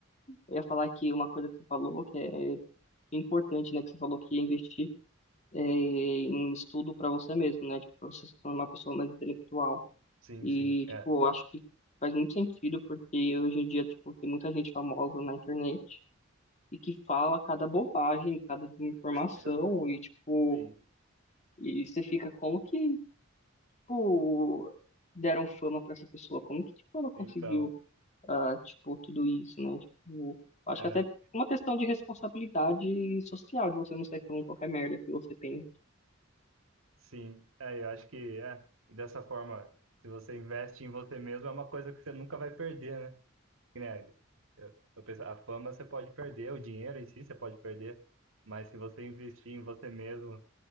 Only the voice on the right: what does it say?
sim,
sim, é.
<laughs>
Sim,
então,
é,
sim, é, eu acho que é, e dessa forma, se você investe em você mesmo, é uma coisa que você nunca vai perder, né? que nem eu, eu penso, a fama você pode perder, o dinheiro em si você pode perder, mas se você investir em você mesmo